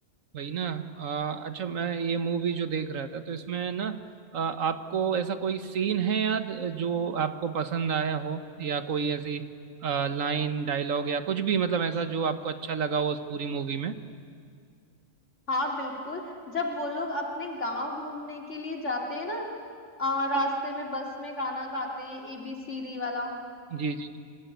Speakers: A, on the right (about 85°); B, on the left (about 65°).
A: वही ना अ, अच्छा मैं ये मूवी जो देख रहा था तो इसमें ना अ, आपको ऐसा कोई सीन है याद जो आपको पसंद आया हो या कोई ऐसी लाइन डायलॉग या कुछ भी मतलब ऐसा जो आपको अच्छा लगा हो उस पूरी मूवी में
B: हाँ बिल्कुल जब वो लोग अपने गांव घूमने के लिए जाते हैं ना आ, रास्ते में बस में गाना गाते हैं एबीसीडी वाला
A: जी